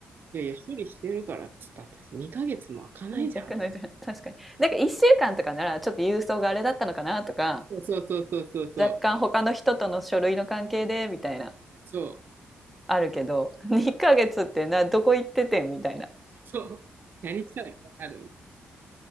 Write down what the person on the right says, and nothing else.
いやいや、処理してるからっつったって、2ヶ月も開かないじゃん。
そうそうそうそうそうそう。
そう。
そう。何したらわかる